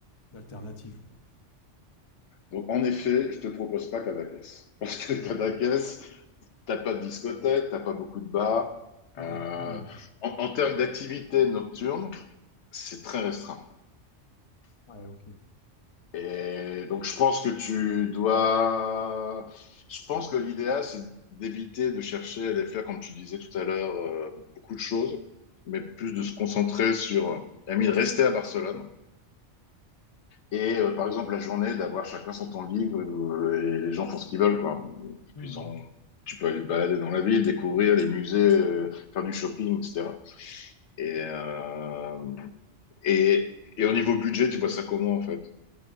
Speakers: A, on the left; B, on the left.
A: d'alternatives, quoi.
B: Donc, en effet, je te propose pas Cadaqués. Parce que
A: Ouais.
B: Cadaqués, T'as pas de discothèque, t'as pas beaucoup de bars.
A: Ouais.
B: Euh,
A: hmm.
B: en, en termes d'activité nocturne, c'est très restreint.
A: Ouais, ok.
B: Et donc, je pense que tu dois. Je pense que l'idéal, c'est d'éviter de chercher à les faire, comme tu disais tout à l'heure, euh, beaucoup de choses, mais plus de se concentrer sur. euh, Ami, de rester à Barcelone. Et euh, par exemple, la journée, d'avoir chacun son temps libre euh, et les gens font ce qu'ils veulent, quoi. Ils-
A: Hmm.
B: Ils ont... Tu peux aller te balader dans la ville, découvrir les musées, euh, faire du shopping, etc. Et, euh, et, et au niveau budget, tu vois ça comment en fait